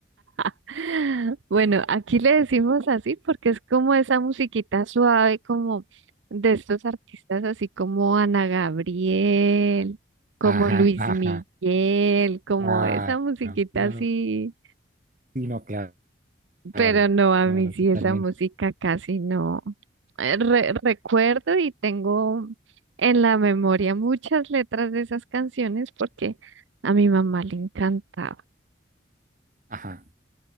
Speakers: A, on the right (about 85°); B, on the right (about 45°).
A: <laughs> Bueno, aquí le decimos así porque es como esa musiquita suave, como de estos artistas así como Ana Gabriel, como
B: Ajá,
A: Luis
B: ajá.
A: Miguel, como
B: Claro,
A: esa musiquita
B: claro.
A: así
B: Sí, no, claro, claro,
A: Pero no, a
B: claro,
A: mí sí
B: totalmente.
A: esa música casi no. Eh, re- recuerdo y tengo en la memoria muchas letras de esas canciones porque a mi mamá le encantaba.
B: Ajá.